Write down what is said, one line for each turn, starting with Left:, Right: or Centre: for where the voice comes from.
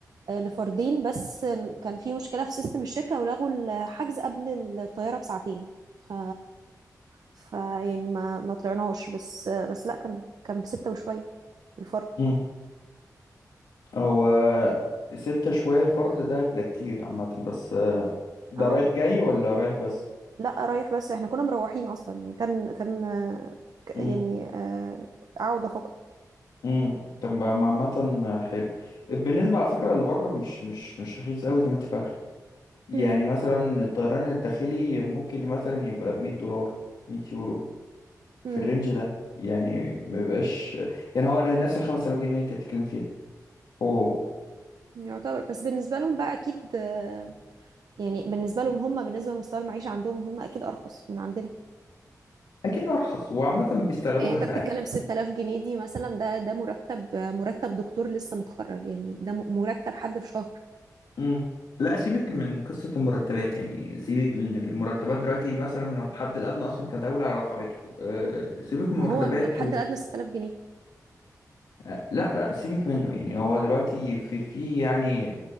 Right: آه، لفردين بس آه، كان في مشكلة في سيستم الشركة ولغوا الحجز قبل الطيارة بساعتين ف ف يعني ما ما طلعناش بس آه، بس لا كان كان بستة وشوية الفرد
Left: مم. هو ستة شوية الفرد ده ده كتير عامة بس آه، ده
Right: اه
Left: رايح جاي ولا رايح بس؟
Right: لا رايح بس احنا كنا مروحين اصلا يعني كان كان آه، ك-
Left: مم،
Right: يعني آه، عودة فقط
Left: مم. طب ما ما عامة حلو بالنسبة على فكرة اللي بره مش مش مش رخيص أوي زي ما أنت فاكرة يعني
Right: امم
Left: مثلا الطيران الداخلي ممكن مثلا يبقى بمية دولار مية يورو في
Right: امم
Left: الرينج ده يعني ما بيبقاش يعني هو أنا نفس الخمس آلاف جنيه اللي انت بتتكلم فيها هو هو
Right: يعتبر بس بالنسبة لهم بقى اكيد آه، يعني بالنسبة لهم هم بالنسبة لمستوى المعيشة عندهم هم اكيد ارخص من عندنا
Left: أكيد أرخص وعامة بيستغلوها
Right: يعني انت
Left: ساعات
Right: بتتكلم 6000 جنيه دي مثلا ده ده مرتب مرتب دكتور لسه متخرج يعني ده م- مرتب حد في شهر
Left: امم لا سيبك من قصة المرتبات يعني سيبك من المرتبات دلوقتي مثلا الحد الأدنى أصلا كدولة رفعته أه سيبك من
Right: ما
Left: المرتبات
Right: هو الم- الحد الادنى 6000 جنيه
Left: آه، لا لا سيبك منه يعني هو دلوقتي في في يعني